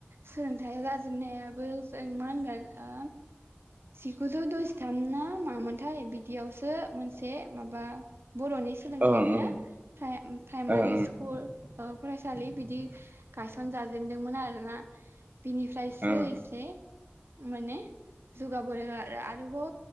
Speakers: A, on the right; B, on the right.
A: सोलोंथाइ जाजेननायाबो जों मा होनगोन ओ जिगुजौ द'जिथाम ना मामोनथाय बिदियावसो मोनसे माबा बर'नि सोलोंथाइनिया
B: ओं ओं
A: प्राइ प्राइमारि
B: ओं
A: स्कुल ओ फरायसालि बिदि गायसन जाजेेनदोंमोन आरोना बिनिफ्रायसो
B: ओं
A: एसे माने जौगाबोदों आरोबाव